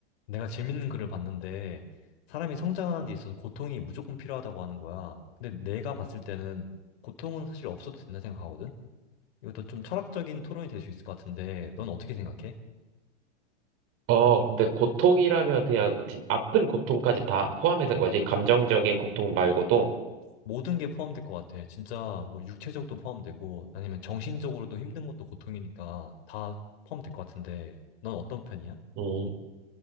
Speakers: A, on the left; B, on the right.
A: 내가 재밌는 글을 봤는데 사람이 성장하는 데 있어서 고통이 무조건 필요하다고 하는 거야. 근데 내가 봤을 때는 고통은 사실 없어도 된다 생각하거든? 이것도 좀 철학적인 토론이 될 수 있을 것 같은데 넌 어떻게 생각해?
B: 어, 근데 고통이라면 그냥 진- 아픈 고통까지 다 포함해서인 거지. 감정적인 고통 말고도.
A: 모든 게 포함될 것 같아. 진짜 뭐 육체적도 포함되고 아니면 정신적으로도 힘든 것도 고통이니까 다 포함될 것 같은데 넌 어떤 편이야?
B: 음.